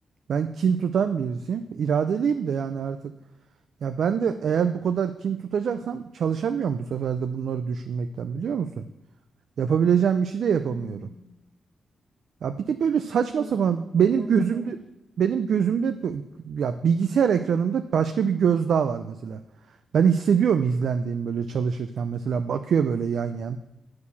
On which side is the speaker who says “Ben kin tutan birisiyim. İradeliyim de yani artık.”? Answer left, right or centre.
Right